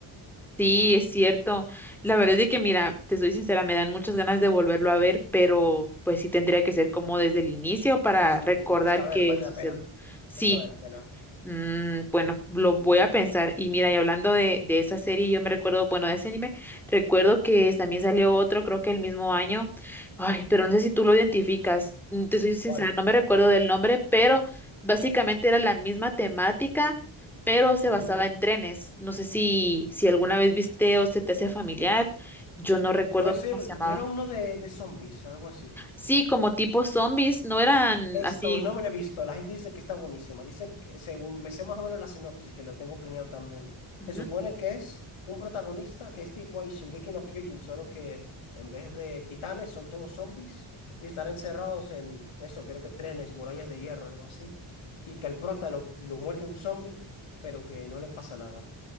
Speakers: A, in the centre; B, on the left.
A: Sí, es cierto. La verdad es de que, mira, te soy sincera, me dan muchas ganas de volverlo a ver, pero pues sí tendría que ser como desde el inicio para
B: Sí, sí,
A: recordar
B: sí. Es que, a
A: qué
B: ver, vale
A: sucedió.
B: la pena.
A: Sí,
B: Es que vale la pena.
A: Mm, bueno, lo voy a pensar. Y mira, y hablando de, de esa serie, yo me recuerdo, bueno, de ese anime, recuerdo que también salió otro, creo que el mismo año. Ay, pero no sé si tú lo identificas. Mm, Te soy sincera,
B: ¿Cuál?
A: no me recuerdo del nombre, pero básicamente era la misma temática, pero se
B: Ujú.
A: basaba en trenes. No sé si, si alguna vez viste o se te hace familiar. Yo no recuerdo
B: No es el-
A: cómo se llamaba.
B: no era uno de, de zombies, algo así.
A: Sí, como tipo zombies, no eran
B: Esto
A: así.
B: no me lo he visto. La gente dice que está buenísima. Dicen que, según me sé más o menos la sinopsis, que lo tengo planeado también.
A: ujú.
B: Se supone que es un protagonista que es tipo ahí Shingeki no Kyojin, solo que en vez de titanes son todos zombies y estar encerrados en eso, creo que trenes, murallas de hierro, algo así. Y que al prota lo, lo muerde un zombie, pero que no le pasa nada.